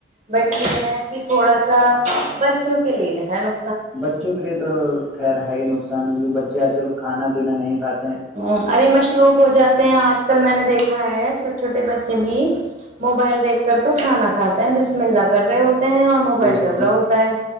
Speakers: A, on the right; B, in the centre.
A: بٹ
B: نہیں
A: یہ
B: نہیں
A: ہے کہ تھوڑا سا ا بچوں کے لیے ہے ن
B: بچوں کے لیے تو خیر ہے ہی نقصان کیہ بچے آج کل کھا پینا نہیں کاتے
A: ہ ارے مشروف ہو جاتا ہیں آج کل میں نے دیکھا ہے چھوٹے چھوٹے بچے بھی موبائل دیکھ کر تو کھانا کھاتے ت بسمیلہ کر رہے ہو ہیں اور موبائل
B: بے شک
A: چل رہا ہوتا ہے